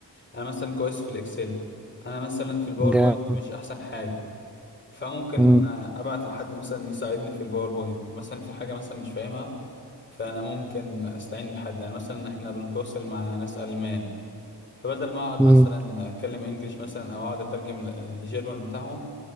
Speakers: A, on the left (about 25°); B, in the centre.
A: انا مثلا كويس في الاكسل انا مثلا في الباوربوينت
B: جامد
A: مش احسن حاجه فممكن
B: مم.
A: ابعت لحد مثلا يساعدني في الباوربوينت مثلا في حاجه مثلا مش فاهمها فانا ممكن استعين بحد يعني مثلا احنا بنتواصل مع ناس المان فبدل ما اقعد مثلا
B: مم.
A: اتكلم انجليش مثلا او اقعد اترجم ال- الجيرمان بتاعهم